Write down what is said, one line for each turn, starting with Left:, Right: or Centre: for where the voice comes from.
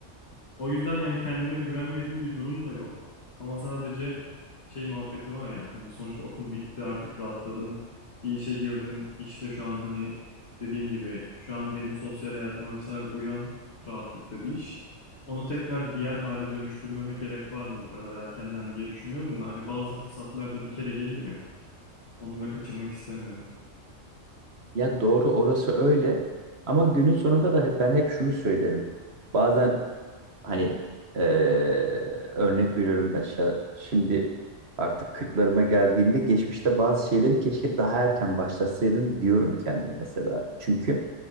Left: O yüzden yani kendime güvenmediğim bir durum da yok. Ama sadece şey muhabbeti var ya hani sonuçta okul bitti artık rahatladım. Bir işe girdim. İşte şu an hani dediğim gibi şu an benim sosyal hayatıma vesaire uyan rahatlıkta bir iş. Onu tekrar diğer hale dönüştürmeme gerek var mı bu kadar erkenden diye düşünüyorum da hani bazı fırsatlar da bir kere gelir ya. Onu da kaçırmak istemiyorum.
Right: Ya doğru orası öyle ama günün sonunda da hep, ben hep şunu söylerim. Bazen Hani eee, örnek veriyorum ben şa- şimdi artık kırklarıma geldiğimde geçmişte bazı şeyleri keşke daha erken başlasaydım diyorum kendime mesela. Çünkü